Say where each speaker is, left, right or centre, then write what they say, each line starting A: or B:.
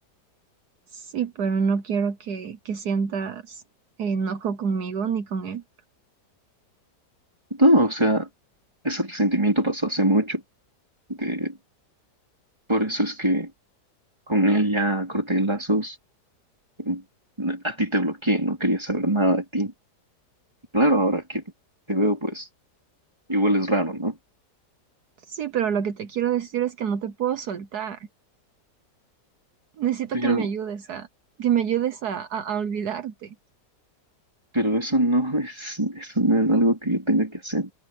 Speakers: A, on the right; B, on the right.
A: Sí, pero no quiero que, que sientas enojo conmigo ni con él.
B: No, o sea, ese resentimiento pasó hace mucho. De, por eso es que con él ya corté lazos. mm, A ti te bloqueé, no quería saber nada de ti. Claro, ahora que te veo, pues. Igual es raro, ¿no?
A: Sí, pero lo que te quiero decir es que no te puedo soltar. Necesito
B: Pero,
A: que me ayudes a, que me ayudes a, a- a olvidarte.
B: pero eso no <laughs> es, eso no es algo que yo tenga que hacer.